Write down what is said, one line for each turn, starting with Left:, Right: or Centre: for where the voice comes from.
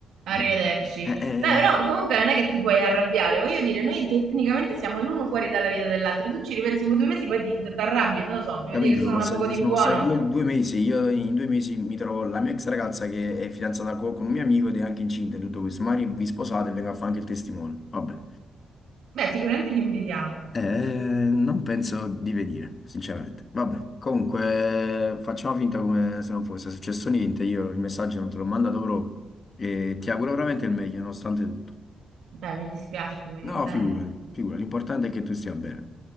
Left: Eh,
Right: Arrivederci.
Left: eh,
Right: Beh, però
Left: eh,
Right: comunque non è che ti puoi arrabbiare. Voglio dire, noi tecnicamente siamo l'uno fuori dalla vita dell'altro. Tu ci ripensi per due mesi, poi ti ti arrabbi. Non lo so, mi vuoi
Left: capito,
Right: dire che sono
Left: sono passati,
Right: una poco di
Left: sono
Right: buono.
Left: passati due, due mesi, io in due mesi mi trovo la mia ex ragazza che è fidanzata co- con, un mio amico ed è anche incinta e tutto questo, magari vi sposate e vengo a fare anche il testimone. Vabbè.
Right: Beh, sicuramente ti invidiamo.
Left: Eh, non penso di venire, sinceramente. Vabbè, comunque facciamo finta come se non fosse successo niente. Io il messaggio non te l'ho mandato proprio e ti auguro veramente il meglio, nonostante tutto.
Right: Beh, mi dispiace, ti voglio
Left: No,
Right: bene.
Left: figurati, figurati, l'importante è che tu stia bene.